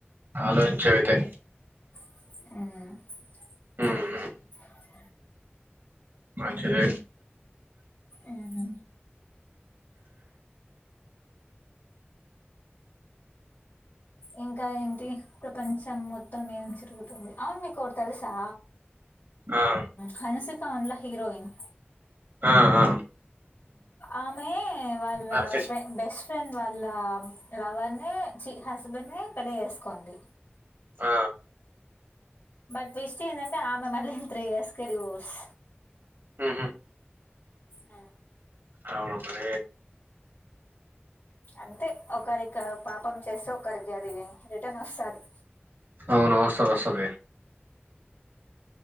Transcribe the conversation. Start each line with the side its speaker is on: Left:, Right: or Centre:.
Right: ఆలోచించావైతే
Left: ఉమ్
Right: ఉమ్ మంచిద
Left: ఉమ్ ఇంకా ఏంటి ప్రపంచం మొత్తం ఏం తరుగుతుంది అవును మీకు ఒకటి తెలుసా
Right: ఆ
Left: హన్సిక ఉండా హీరోయిన్
Right: ఆ ఆ
Left: ఆమె వాళ్ళ
Right: ఆ చేస్
Left: ఫ్రె బెస్ట్ ఫ్రెండ్ వాళ్ళ లవర్ ని హస్బెండ్ ని పెళ్ళి చేసుకుంది
Right: ఆ
Left: బట్ ట్విస్ట్ ఏంటంటే ఆమె మళ్ళీ త్రీ ఇయర్స్ క డివోర్స్
Right: ఆహా
Left: ఆ
Right: అవును మర
Left: అంతే ఒకరికి పాపం చేస్తే ఒకరికి అది రిటర్న్ వస్తుంది
Right: అవును వస్తది వస్తుద